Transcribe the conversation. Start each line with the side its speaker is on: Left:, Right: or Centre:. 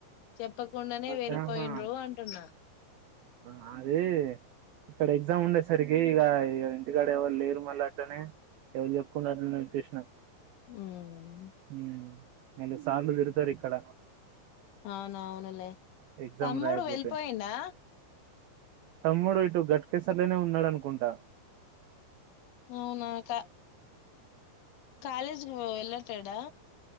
Left: చెప్ తప్పకుండానే వెళ్ళిపోయిండ్రు
Right: సార్ ఆహా
Left: అంటున్నా
Right: ఆ అది ఇక్కడ ఎగ్జామ్ ఉండేసరికి ఇక ఇంటికాడ ఎవరు లేరు మళ్ళీ అట్లనే ఎవరు చెప్పుకుంటార చసిన
Left: ఉమ్,
Right: హ ఏను సామిలు ఇరుతారు ఇక్కడ
Left: అవునవును
Right: ఎగ్జామ్
Left: తమ్ముడు
Right: రాయకపోతే
Left: వెళ్ళిపోయిండా
Right: తమ్ముడు ఇటు గట్కేసర్లనే ఉన్నాడనుకుంటా
Left: అవునా క కాలేజీకి వెళ్ళట్లేడా